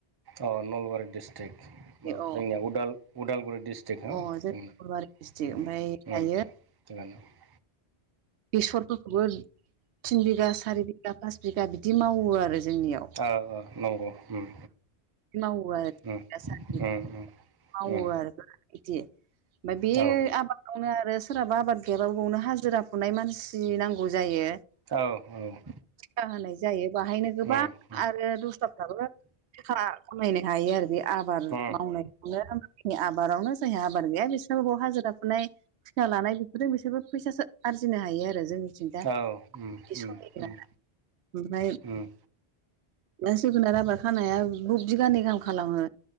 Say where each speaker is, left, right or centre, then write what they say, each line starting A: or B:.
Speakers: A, on the right (about 25°); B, on the right (about 80°).
A: अ नलबारि डिस्ट्रिक्ट जोंनिया
B: औ
A: उदाल उदालगुरि दिस्ट्रिक <unintelligible>
B: अ जों नलबारि डिस्ट्रिक ओमफ्राय दायो बेसरफोरखौबो थिन बिगा सारि बिगा पास बिगा बिदि मावो आरो जोंनियाव
A: ओ ओ नंगौ उम
B: मावो आरो
A: उम
B: दा सानदि
A: उम उम
B: मावो
A: उम
B: आरो बिदि ओमफ्राय बे
A: औ
B: आबाद यावनो आरो सोरहाबा आबाद गैयाबाबो बेयावनो हाजिरा फुनाय मानसि नांगौ जायो।
A: औ औ
B: फुजा होनाय जायो बाहायनो गोबां
A: उम उम
B: आरो दस्राफ्राबो। खा खामायनो हायो आरो बे आबाद
A: उम
B: मावनायखौनो नि आबादावनो जायहा आबाद गैया बिसोरनो बेयाव हाजिराखुनाय, टिकालानाय बेफोरजों बिसोरबो फैसासो आरजिनो हायो आरो जों जों जा
A: औ उम
B: बिदि
A: उम
B: सलियो
A: उम
B: आरो ओमफ्राय
A: उम
B: दा जोगोनार आबाद खानाया बु बिगानै गाहाम खालामो